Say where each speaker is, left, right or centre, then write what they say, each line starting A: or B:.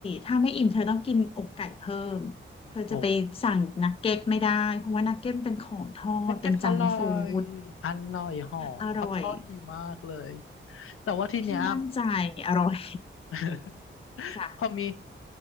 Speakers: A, on the left; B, on the left.
A: ถ้าไม่อิ่มเธอต้องกินอกไก่เพิ่มเธอจะไปสั่งนักเก็ตไม่ได้เพราะว่านักเก็ตเป็นของทอดเป็นจังฟู้ด
B: โอ้นั g เก็ตอร่อยอร่อยหอมเขาทอดดีมากเลย
A: อร่อย
B: แต่ว่าทีเนี้ย
A: พี่มั่นใจอร่อย
B: <laughs>
A: จ้ะ
B: พอมี